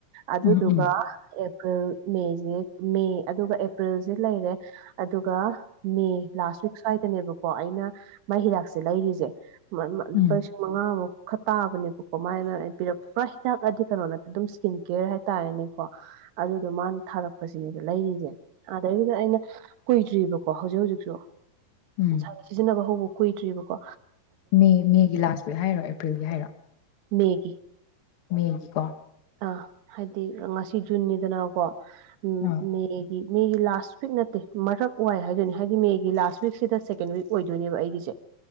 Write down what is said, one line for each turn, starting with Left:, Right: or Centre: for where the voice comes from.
Right: ꯑꯗꯨꯗꯨꯒ
Left: ꯎꯝ ꯎꯝ
Right: ꯑꯦꯄ꯭ꯔꯤꯜ ꯃꯦꯁꯦ ꯃꯦ ꯑꯗꯨꯒ ꯑꯦꯄ꯭ꯔꯤꯜꯁꯦ ꯂꯩꯔꯦ ꯑꯗꯨꯒ ꯃꯦ ꯂꯥꯁ ꯋꯤꯛ ꯁ꯭ꯋꯥꯏꯗꯅꯦꯕꯀꯣ ꯑꯩꯅ ꯃꯥꯏ ꯍꯤꯗꯥꯛꯁꯦ ꯂꯩꯔꯤꯁꯦ
Left: ꯎꯝ
Right: ꯂꯨꯄꯥ ꯃꯉꯥ ꯑꯃ ꯈꯇꯥꯕꯅꯦ ꯀꯃꯥꯏꯅ ꯏꯄꯤꯔꯛꯄ꯭ꯔꯥ꯫ ꯆꯥꯛꯑꯗꯤ ꯀꯩꯅꯣ ꯅꯠꯇꯦ ꯑꯗꯨꯝ ꯏꯁ꯭ꯀꯤꯟ ꯀꯦꯌꯥꫪ ꯍꯥꯏꯇꯥꯔꯦꯅꯦꯀꯣ꯫ ꯑꯗꯨꯗꯣ ꯃꯥꯅ ꯊꯥꯔꯛꯄꯁꯤꯅꯦꯕ ꯂꯩꯔꯤꯁꯦ ꯑꯗꯩꯗ ꯑꯩꯅ ꯀꯨꯏꯗ꯭ꯔꯤꯕꯀꯣ ꯍꯧꯖꯤꯛ ꯍꯧꯖꯤꯛꯁꯨ꯫
Left: ꯎꯝ
Right: <unintelligible> ꯁꯤꯖꯤꯟꯅꯕ ꯍꯧꯕ꯫ ꯀꯨꯏꯗ꯭ꯔꯤꯕ ꯀꯣ꯫
Left: ꯃꯦ ꯃꯦꯒꯤ ꯂꯥꯁ ꯋꯤꯛ ꯍꯥꯏꯔꯣ ꯑꯦꯄ꯭ꯔꯤꯜꯒꯤ ꯍꯥꯏꯔꯣ꯫
Right: ꯃꯦꯒꯤ꯫
Left: ꯃꯦꯒꯤꯀꯣ꯫
Right: ꯑꯥ ꯍꯥꯏꯗꯤ ꯉꯁꯤ ꯖꯨꯟꯅꯤꯗꯅꯀꯣ꯫ ꯎꯝ
Left: ꯑꯥ
Right: ꯃꯦꯒꯤ꯫ ꯃꯦꯒꯤ ꯂꯥꯁ ꯋꯤꯛ ꯅꯠꯇꯦ ꯃꯔꯛ ꯋꯥꯏ ꯍꯥꯏꯗꯣꯏꯅꯦ ꯍꯥꯏꯗꯤ ꯃꯦꯒꯤ ꯂꯥꯁ ꯋꯤꯛꯁꯤꯗ ꯁꯦꯀꯦꯟ ꯋꯤꯛ ꯑꯣꯏꯗꯣꯏꯅꯦꯕ ꯑꯩꯒꯤꯁꯦ꯫